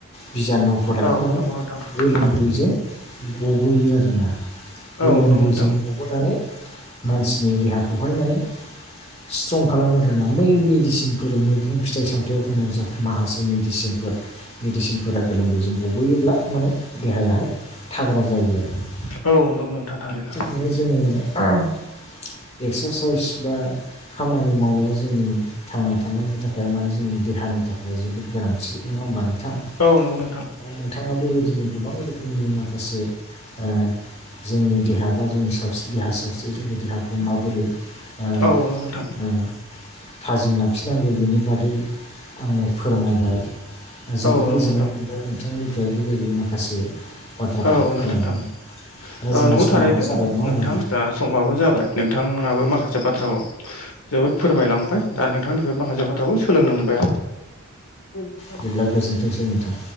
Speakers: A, on the left; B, on the left.
A: बिजानुफोरा
B: औ
A: माने
B: <unintelligible>
A: दैजों गबोयो आरोना गोलोमदैजों।
B: औ नंगौ नोंथां
A: सबोनानै मानसिनि देहाखौहाय माने स्ट्रं खालामो आरोना बै मेडिसिनफोर मैगं फिथाइ सामथायाइ होनायाव माखासे जों मेडिसिनफोर मेडिसिनफोरा गोलोमदै जों गबोयोब्ला माने देहायाहाय थाग्रा जायो आरो
B: औ नंगौ नोंथां थारैनो
A: जोंङो अ एक्सारसाइस बा खामानि मावनाया जोंनि थांना थानायनि थाखाय माने जोंनि देहानि थाखाय जोबोद गोनांथि नंङा होमबा नोंथां?
B: औ नंगौ नोंथां।
A: आरो नोंथांङा बेबायदिनो गोबां रोखोमनि माखासे ओ जोंनि देहा बा जोंनि सावस्रि देहा सावस्रि जोंनि देहाखौ माबोरै ओ
B: औ नंगौ नोंथां
A: ओ थाजिम लाखिनांगौ बेनि बादै आंनो फोरमायबाय। आं जोबोद
B: औ नंगौ
A: गोजोननाय
B: नोंथां
A: मोनबाय नोंथांनिफ्राय बेबायदि माखासे बाथ्राफोरखौ
B: औ
A: खोनानानै
B: नंगौ नोंथां
A: दा
B: औ
A: जोंहा
B: नोंगौ
A: समाबो
B: थारैनो
A: जाबाय नङा होमबा
B: नोंथां जा समाबो जाबाय। नोंथाङाबो माखासे बाथ्राखौ जोबोद फोरमायलांबाय। दा नोंथांनिफ्राय माखासे बाथ्राखौ सोलोंनो मोनबाय। <unintelligible>
A: बिदिब्ला गोजोनथोंसै नोंथां